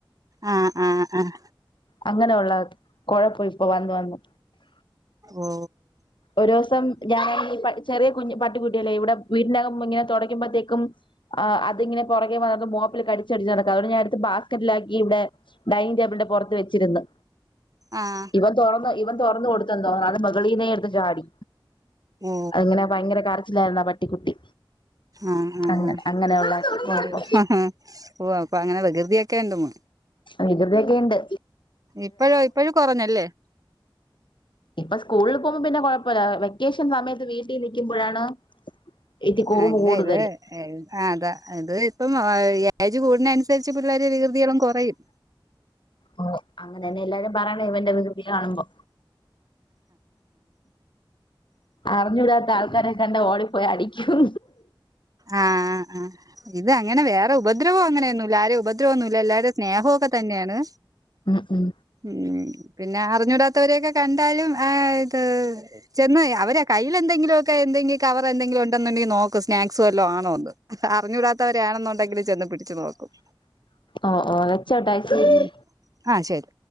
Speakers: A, on the right; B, on the left.
A: ആഹ് ആഹ് ആഹ്
B: അങ്ങനെയുള്ള കുഴപ്പം ഇപ്പൊ വന്ന വന്നു
A: ഓ
B: ഓരോസം ഞാനൻ ചെറിയ കുഞ്ഞ പട്ടിക്കുട്ടിയല്ലേ ഇവിടെ വീടിനകം ഇങ്ങനെ തുടക്കുമ്പോഴത്തേക്കും ആഹ് അതിങ്ങെനെ പുറകെ വന്നട്ട് മോപ്പില് കടിച്ചടിച്ച് നടക്കുക അതൊ ഞാന അടുത്ത് ബാസ്ക്കറ്റിലാക്കിട്ട് ഡൈനിങ് ടേബിളിന്റെ പുറത്ത് വെച്ചിര്ന്ന്
A: ആഹ്
B: ഇവൻ തുറന്നന്ന് ഇവൻ തുറന്ന് കൊടുത്തന്തോ നെ മുകളീന്നെ എടുത്ത്ചാടി
A: ഓ
B: അങ്ങനെ ഭയങ്കര കരച്ചിലായിരുന്നു ആ പട്ടിക്കുട്ടി
A: ആഹ് ആഹ്
B: അങ്ങനെ അങ്ങനെയുള്ള കുഴപ്പം
A: ആഹ് ഓ ഓ അപ്പൊ അങ്ങനെ വികൃതിയാക്കെ ഉണ്ടമ്മ
B: വികൃതിയൊക്കെണ്ട്
A: ഇപ്പയൊ ഇപ്പഴും കുറഞ്ഞല്ലേ
B: ഇപ്പൊ സ്കൂളിൽ പോകുമ്പോം പിന്നെ കുഴപ്പമില്ല വെക്കേഷൻ സമയത്ത് വീട്ടിൽ നിക്കുമ്പോഴാണ് ഇത്തി കുറുമ്പ്
A: ആഹ് അല്ല
B: കൂടുതല്
A: ഇത് ആഹ് അതാ ഇത് ഇപ്പം ഏജ് കൂടണന നുസരിച്ച് പിള്ളേരെ വികൃതികളും കുറയും
B: ഓഹ് അങ്ങനെന്നെ എല്ലാരും പറയണം ഇവന്റെ വികൃതി കാണുമ്പോ അറിഞ്ഞുടാത്ത ആൾക്കാരെ കണ്ട ഓളി പോയി അടിക്കും
A: ആഹ് ആഹ് ഇത് അങ്ങനെ വേറെ ഉപദ്രവോ അങ്ങനെയൊന്നുല്ല ആരും ഉപദ്രവൊന്നുല്ല എല്ലാവരുടെ സ്നേഹയൊക്കെ തന്നെയാണ്
B: ഉം ഉം
A: ഉം പിന്നെ അറിഞ്ഞൂടാത്തവരെയൊക്കെ കണ്ടാലും ആഹ് ഇത് ചെന്ന് അവര് കയ്യിൽ എന്തങ്കിലുമൊക്കെ എന്തെങ്കിലും കവർ എന്തെങ്കിലും ഉണ്ടെന്നുണ്ടെങ്കിൽ നോക്ക സ്നാക് സൊലോ ആണോന്ന് അറിഞ്ഞൂടാത്ത വരാണെന്നുണ്ടെങ്കിൽ ചെന്ന് പിടിച്ചു നോക്കും
B: ഓ ഓ
A: ഉം
B: <unintelligible>
A: ആ ശരി